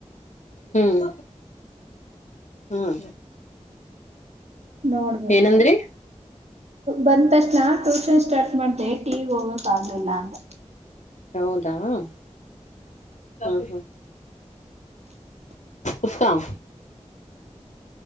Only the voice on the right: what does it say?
ನೋಡ್ಬೇಕು
ಬಂದ ತಕ್ಷಣ ಟ್ಯೂಷನ್ ಸ್ಟಾರ್ಟ್ ಮಾಡ್ದೆ ಟಿವ ವಿ ಹೋಗ್ಕ್ ಆಗ್ಲಿಲ್ಲ ಅಂದ್ರೆ